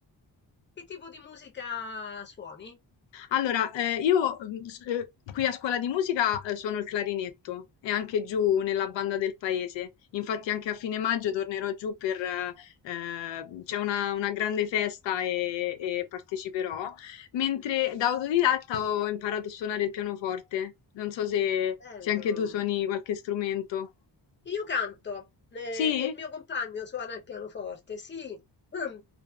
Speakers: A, on the left (about 25°); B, on the left (about 90°).
A: Che tipo di musica suoni?
B: Allora, eh, io mm, s- eh, qui a scuola di musica eh, suono il clarinetto e anche giù nella banda del paese. Infatti anche a fine maggio tornerò giù per... eh, eh, c'è una, una grande festa e, e parteciperò. Mentre da autodidatta ho imparato a suonare il pianoforte. Non so se,
A: Bello.
B: se anche tu suoni qualche strumento.
A: Io canto, eh,
B: Sì?
A: e il mio compagno suona il pianoforte, sì. <clears throat> Mm.